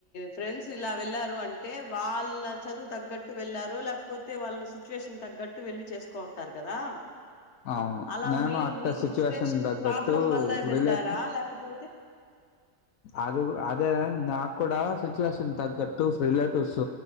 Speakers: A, on the left; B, on the left.
A: ఫ్రెండ్స్ ఇలా వెళ్ళారు అంటే వాళ్ళ చదువు తగ్గట్టు వెళ్లారు లేకపోతే వాళ్ళ సిచ్యువేషన్ తగ్గట్టు వెళ్లి చేసుకోం టారు కదా
B: అవును
A: అలా
B: నేను
A: మీరు
B: అట్ట
A: మీ సిచ్యువేషన్
B: తగ్గట్టు
A: ప్రాబ్లం వల్ల వెళ్ళారా
B: రిలేట్
A: లేకపోతే
B: అది అదే నాకు కూడా సిచ్యువేషన్ తగ్గట్టు రిలేటివ్స్